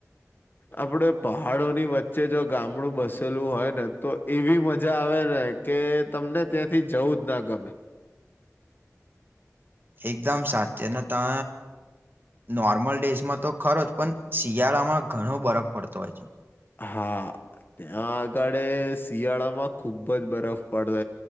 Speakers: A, on the left; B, on the right.
A: આપડે પહાડોની વચ્ ચ્ચે જો ગામડું બસેલું હોય ને તો એવી મજા આવે ને કે તમને ત્યાંથી જવું બુજ ના ગમે.
B: એકદમ સાચી અને ત નોર્મલ ડેઝમાં તો ખરો જ પણ શિયાળામાં ઘણો બરફ પડતો હોય છે.
A: હા. ત્યાં આગળ શિયાળામાં ખુબ જ બરફ પડતો